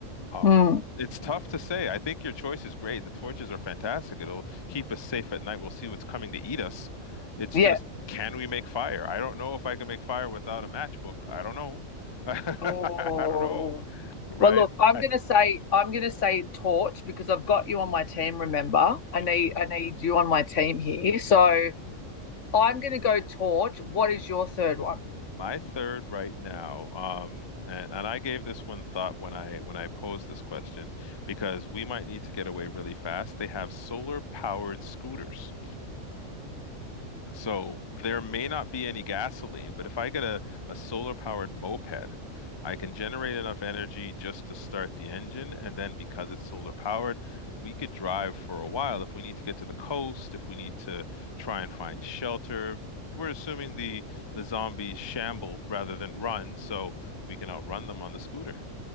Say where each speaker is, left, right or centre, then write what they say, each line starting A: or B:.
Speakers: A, on the left; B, on the left.
A: Um,
B: Mm.
A: it's tough to say. I think your choice is great. The torches are fantastic. It'll keep us safe at night. We'll see what's coming to eat us. It's
B: Yeah.
A: just, can we make fire? I don't know if I can make fire without a matchbook. I don't know. <laughs> I
B: Oh.
A: don't know, right?
B: Well, look, I'm
A: I
B: gonna say I'm gonna say torch because I've got you on my team. Remember, I
A: mhm.
B: need I need you on my team here. So I'm gonna go torch. What is your third one?
A: My third right now, um, and, and I gave this one thought when I when I posed this question because we might need to get away really fast. They have solar powered scooters. So there may not be any gasoline, but if I get a, a solar powered moped, I can generate enough energy just to start the engine. And then because it's solar powered, we could drive for a while. If we need to get to the coast, if we need to try and find shelter, we're assuming the, the zombies shamble rather than run, so we can outrun them on the scooter.